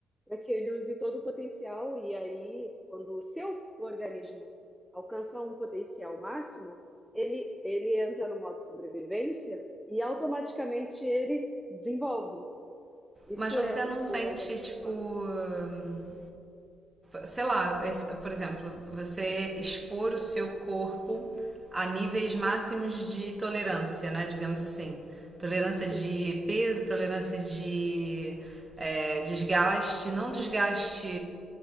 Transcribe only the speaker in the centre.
para que ele use todo o potencial. E aí, quando o seu organismo alcança um potencial máximo, ele, ele entra no modo sobrevivência e automaticamente ele desenvolve. Isso
é o,
o organismo
humano.
Sim.